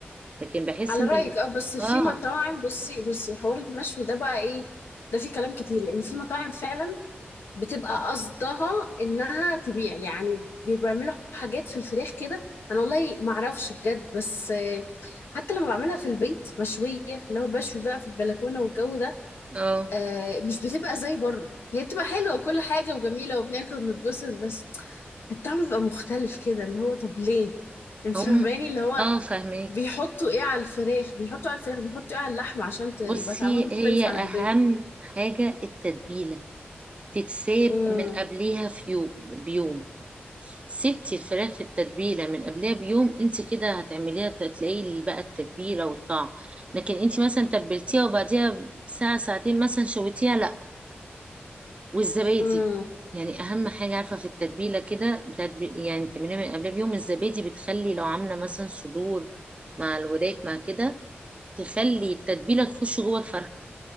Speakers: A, on the right; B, on the left.
A: لكن بحس
B: على
A: ان
B: رايك
A: ال...
B: اه بس في
A: اه
B: مطاعم بصي بصي حوار المشوي ده بقى ايه ده في كلام كتير لان في مطاعم فعلا بتبقى قصدها انها تبيع يعني بيعملوا حاجات في الفراخ كده انا والله ما اعرفش بجد بس آه، حتى لما بعملها في البيت مشويه لو بشوي بقى في البلكونه والجو ده
A: اه
B: آه، مش بتبقى زي بره هي بتبقى حلوه وكل حاجه وجميله وبناكل وبنتبسط بس الطعم بيبقى مختلف كده اللي هو طب ليه انت
A: هم
B: فاهماني اللي هو
A: اه فاهمك
B: بيحطوا ايه على الفراخ بيحطوا على الفراخ بيحطوا ايه على اللحمه عشان ت- يبقى
A: بصي
B: طعمها مختلف
A: هي
B: عن
A: اهم
B: البيت
A: حاجة التتبيلة تتساب
B: امم
A: من قبليها في يوم بيوم سبتي الفراخ في التتبيله من قبلها بيوم انت كده هتعمليها تلاقي بقى التتبيله والطعم لكن انت مثلا تبلتيها وبعديها ساعه ساعتين مثلا شويتيها لا والزبادي
B: امم.
A: يعني اهم حاجه عارفه في التتبيله كده بتاعت- يعني تعمليها من قبلها بيوم الزبادي بتخلي لو عامله مثلا صدور مع الوراك مع كده تخلي التتبيله تخش جوه الفرخه